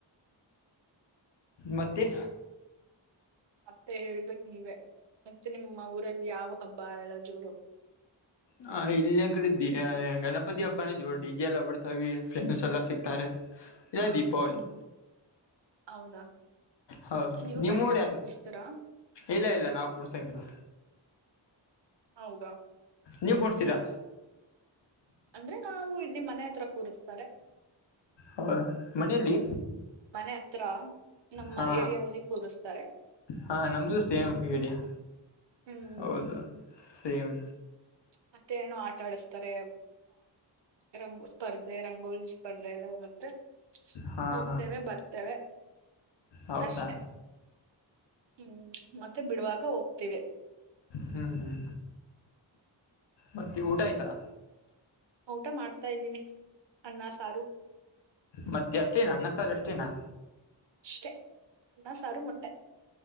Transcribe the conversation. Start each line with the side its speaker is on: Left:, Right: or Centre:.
Left: ಮತ್ತೆ.
Right: ಮತ್ತೆ ಹೇಳ್ಬೇಕ ನೀವೇ ಮತ್ತೆ ನಿಮ್ಮ ಊರಲ್ಲಿ ಯಾವ ಹಬ್ಬ ಎಲ್ಲ ಜೋರು.
Left: ಹ ಇಲ್ಲಂದ ಕಡೆ ದ ಗಣಪತಿ ಹಬ್ಬನ ಜೋ ಡಿ ಜೆ ಎಲ್ಲ ಬರ್ತವಿ ಫ್ರೆಂಡ್ಸ್ ಎಲ್ಲ ಸಿಗ್ತಾರೆ. ಇಲ್ಲ
Right: ಹಾ
Left: ದೀಪಾವಳಿ
Right: ಹೌದಾ.
Left: ಹೌದು
Right: ನೀವು
Left: ನೀವುಡಿದು
Right: ಗಣೇಶ ಕೂರ್ಸ್ತೀರಾ
Left: ಇಲ್ಲ ಇಲ್ಲ ನಾವವು ಕುಡ್ಸಂಗಿಲ್ಲ.
Right: ಹೌದಾ
Left: ನೀವ್ ಕೊಡ್ತೀರಾ.
Right: ಅಂದ್ರೆ ನಾವು ಇಲ್ಲಿ ಮನೆ ಹತ್ರ ಕೂರುತ್ತಾರೆ.
Left: ಹೌದ ಮನೆಯಲ್ಲಿ.
Right: ಮನೆ ಹತ್ರ ನಮ್ಮ
Left: ಹಾ
Right: ಏರಿಯಲ್ಲಿ ಕುರುಸ್ತಾರೆ.
Left: ಹಾ ನಮ್ದು ಸೇಮ್ ಏರಿಯಾ
Right: ಹ್ಮ್
Left: ಹೌದು ಸೇಮ್.
Right: ಮತ್ತೆ ನು ಆಟ ಆಡಿಸತಾರೆ ರಂಗು ಸ್ಪರ್ಧಿ. ಅ ರಂಗೋಲಿ ಸ್ಪರ್ಧೆ ಎಲ್ಲ ಇರುತ್ತೆ.
Left: ಹಾ
Right: ಹೋಗ್ತೇವೆ
Left: ಹಾ
Right: ಬರ್ತೇವೆ
Left: ಹೌದಾ
Right: ಅಷ್ಟೆ. ಹ್ಮ್ ಮತ್ತೆ ಬಿಡುವಾಗ ಹೋಗ್ತಿವಿ.
Left: ಹ್ಮ್ ಹ್ಮ್ ಮತ್ತೆ ಊಟ ಆಯ್ತಾ.
Right: ಊಟ ಮಾಡ್ತಾ ಇದ್ದೀನಿ. ಅನ್ನ ಸಾರು
Left: ಮತ್ತೆ ಅಷ್ಟೇನಾ ಅನ್ನ ಸರ್ ಅಷ್ಟೇನಾ.
Right: ಅಷ್ಟೇ ನ ಸಾರು ಮೊಟ್ಟೆ